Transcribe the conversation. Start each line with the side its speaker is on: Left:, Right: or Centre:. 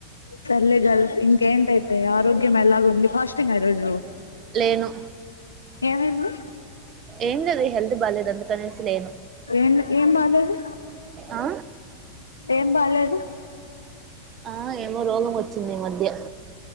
Left: సర్లే గల్ ఇంకేంటైతే ఆరోగ్యం ఎలాగ ఉంది ఫాస్టింగ్ యి రోజు
Right: లేను
Left: ఏమైంది
Right: ఏం లేదు హెల్త్ బాలేదు అందుకనేసి లేను
Left: ఏం ఏం బాలేదు
Right: ఆ
Left: ఏం బాలేదు
Right: ఆ ఏమో రోగం వచ్చింది ఈ మధ్య